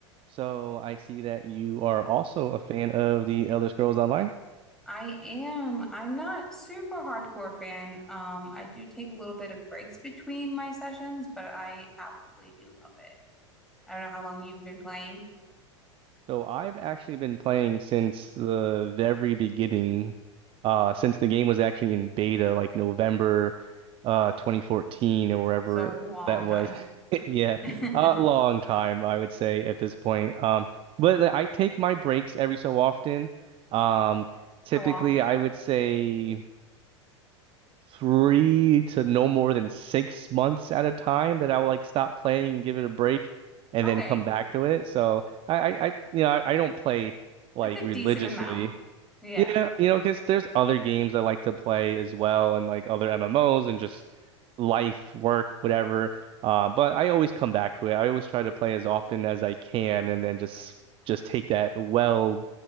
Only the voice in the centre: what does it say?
I am. I'm not super hardcore fan. Um, I do take a little bit of breaks between my sessions, but I absolutely do love it. I don't know how long you've been playing.
So long
time.
<laughs>
How often?
Okay.
That's a
decent amount. Yeah.